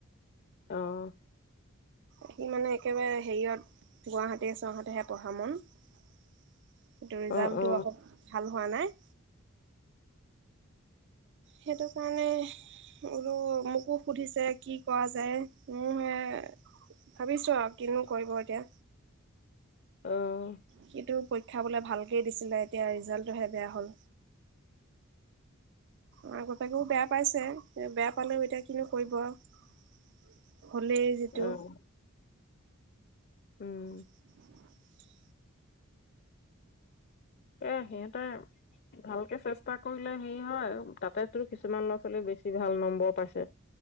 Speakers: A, on the left (about 50°); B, on the right (about 55°).
A: অ'।
B: সি মানে একেবাৰে হেৰিয়ত গুৱাহাটী চহৰতেহে পঢ়া মন। কিন্তু ৰিজাল্ট
A: অ', অ',
B: টো আক ভাল হোৱা নাই। সেইটো কাৰণে বোলো মোকো সুধিছে কি কৰা যায়। মোৰহে ভাবিছো আৰু কিনো কৰিব এতিয়া।
A: অ',
B: সিটো খাবলে ভালকেই দিছিলে এতিয়া ৰিজাল্টটোহে বেয়া হ'ল। মাক বাপেকেও বেয়া পাইছে বেয়া পালেও এতিয়া কিনো কৰিব। হলেই যিটো।
A: অ', উম
B: <unintelligible>
A: এ সিহঁতে ভালকে চেষ্টা কৰিলে হেৰি হয়। তাতেটোৰ কিছুমান ল'ৰা ছোৱালী বেছি ভাল নম্বৰ পাইছে।